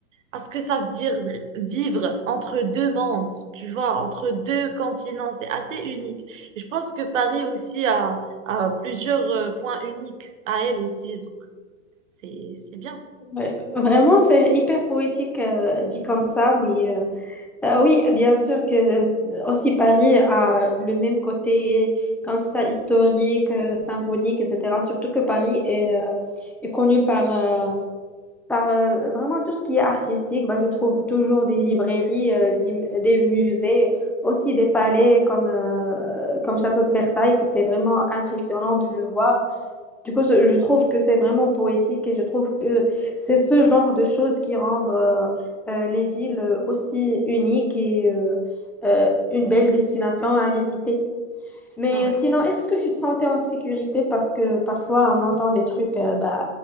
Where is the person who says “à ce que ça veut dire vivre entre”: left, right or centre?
Right